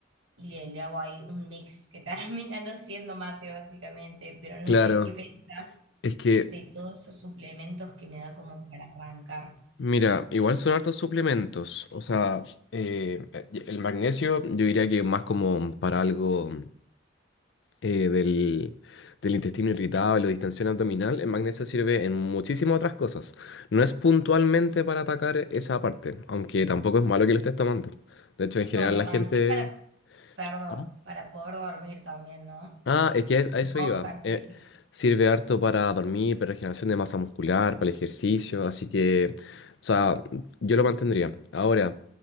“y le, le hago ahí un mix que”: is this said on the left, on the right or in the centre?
Right